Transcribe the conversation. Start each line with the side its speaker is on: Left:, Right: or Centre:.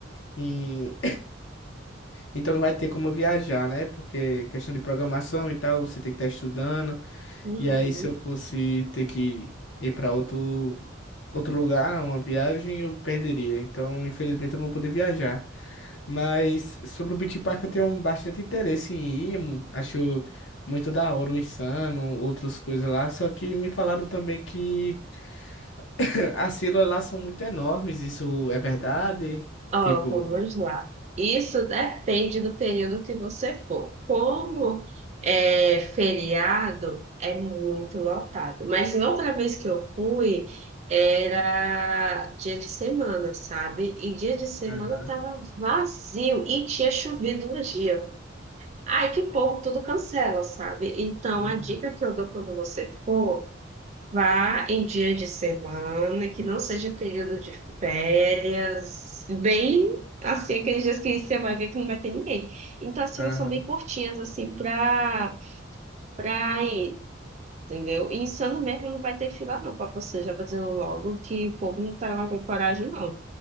Left: E Então não vai ter como eu viajar, né? Porque questão de programação e tal, você tem que estar estudando.
Right: Uhum.
Left: E aí, se eu fosse ter que ir para outro, outro lugar, uma viagem, eu perderia. Então, infelizmente, eu não vou poder viajar. Mas sobre o Beach Park, eu tenho um bastante interesse em ir. mu- Acho muito da hora o Insano, outras coisas lá. Só que me falaram também que <laughs> <clears throat> as filas lá são muito enormes. Isso é verdade?
Right: Ó,
Left: Tipo.
Right: vamos lá. Isso depende do período que você for. Como é feriado, é muito lotado. Mas na outra vez que eu fui, era dia de semana, sabe? E dia de semana
Left: Aham,
Right: tava vazio e tinha chovido no dia. Aí que o povo tudo cancela, sabe? Então
Left: uhum.
Right: a dica que eu dou quando você for. Vá em dia de semana, que não seja período de férias, bem assim, aqueles dias que você vai ver que não vai ter ninguém. Então, as filas
Left: aham.
Right: são bem curtinhas, assim, pra, pra ir, entendeu? E insano mesmo não vai ter fila, não, pra você, já vou dizendo logo que o povo não tá lá com coragem, não.